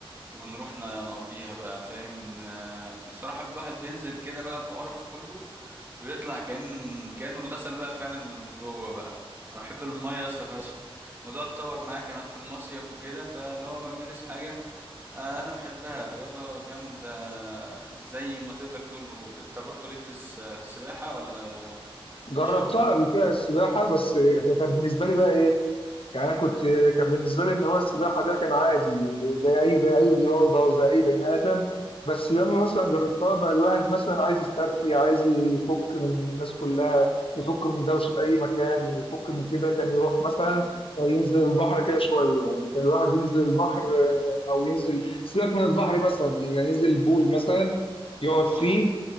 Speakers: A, on the right; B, on the left.
A: ونروح ن- نقضيها بقى فاهم آه، بصراحة الواحد بينزل كده بقى بقرف كله بيطلع كأن كأنه اتغسل بقى فعلا من من جوه بقى أنا بحب المية يا اسطى فشخ الموضوع اتطور معايا كمان في المصيف وكده فاللي هو بمارس حاجة آه، أنا بحبها رياضة جامدة زي ما تقدر تقول قول أنت برضو ليك في الس- في السباحة ولا
B: جربتها
A: مش أوي؟
B: قبل كده السباحة بس هي كانت بالنسبة لي بقى إيه يعني انا كنت كان بالنسبه لي ان هو السباحه ده كان عادي زي اي زي اي رياضه وزي اي بني ادم بس لما مثلا جربتها بقى الواحد مثلا عايز يسترخي عايز يفك من الناس كلها يفك من دوشه اي مكان يفك من كده كان يروح مثلا ينزل البحر كده شويه يعني كان الواحد ينزل البحر آه، او ينزل سيبك من البحر مثلا يعني ينزل البول مثلا يقعد
A: اه
B: فيه